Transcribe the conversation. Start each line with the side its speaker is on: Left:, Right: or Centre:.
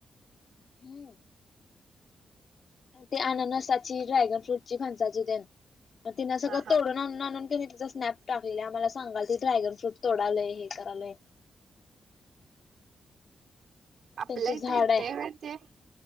Left: हम्म. ते अननसाची, ड्रॅगन फ्रूट ची फणसाची तेन. म तिंनं सगळं
Right: हा हा.
Left: तोडून आणून आणून तिचा स्नॅप टाकलेले आम्हाला सांगालती ड्रॅगन फ्रूट तोडालय हे करालोय.
Right: आपल्या
Left: त्यांचं
Right: हित
Left: झाड
Right: येतंय
Left: आहे.
Right: होय ते?